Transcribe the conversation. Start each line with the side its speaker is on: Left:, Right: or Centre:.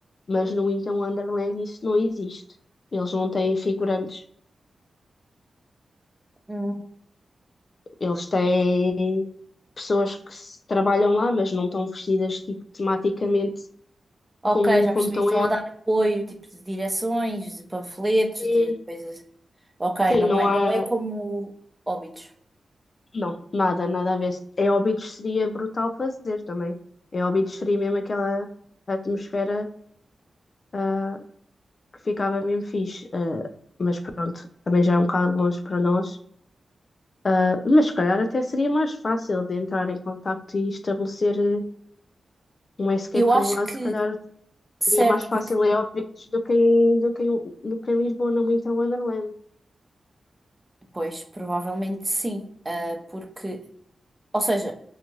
Left: mas no Então Wonderland isso não existe. Eles não têm figurantes,
Right: hum,
Left: eles têm pessoas que se- trabalham lá, mas não estão vestidas tipo, tematicamente
Right: ok,
Left: como,
Right: já
Left: como
Right: percebi,
Left: estão
Right: estão
Left: em
Right: a dar apoio, tipo de direções, de panfletos,
Left: Óbidos.
Right: de coisas. Ok,
Left: Sim,
Right: não
Left: não
Right: é,
Left: há.
Right: não é como Hobbits.
Left: Não, nada, nada a ver. Em Óbidos seria brutal fazer também. Em Óbidos seria mesmo aquela atmosfera ah, que ficava mesmo fixe. Ah, mas pronto, também já é um bocado longe para nós. Ah, mas se calhar até seria mais fácil de entrar em contacto e estabelecer eh, um escape
Right: Eu
Left: para
Right: acho
Left: um lado.
Right: que,
Left: Se calhar
Right: certo,
Left: seria mais fácil
Right: porque
Left: em Óbidos do que em, do que em, do que em Lisboa, no Winter Wonderland.
Right: Pois, provavelmente sim, Ah, porque, ou seja,